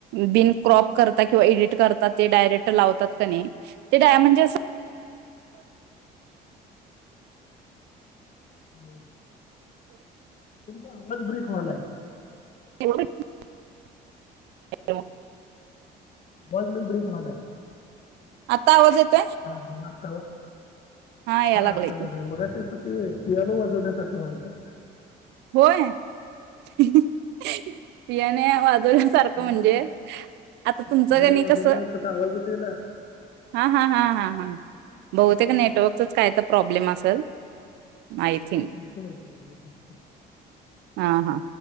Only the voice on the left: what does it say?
हो. तुमचा आवाज ब्रेक व्हायलाय.
वोल्युम ब्रेक व्हायलाय.
हा कोण आताव
हा
तर
मगाशी अस ते पियानोवर सोन्यासारख मानता.
पियानो
पियानो
वाजवल्यावर
कसा आवाज येतोय ना
कसा
आवाज येतो?
मोठा आहे, मोठा आहे.